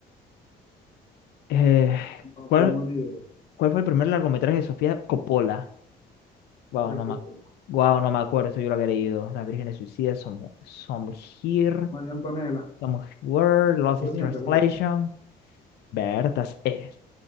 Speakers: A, on the left; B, on the left.
A: eh,
B: No
A: ¿cuál,
B: tengo ni idea.
A: cuál fue el primer largometraje de Sofía Coppola? Wow,
B: Tía
A: no
B: Coppola.
A: me, ac- guau no me acuerdo, esto yo lo había leído. Las Vírgenes Suicidas, Some, Some Here,
B: María Antonella.
A: Some Where, Lost
B: Antonieta
A: in Translation.
B: es la cosa.
A: Bertas, eres.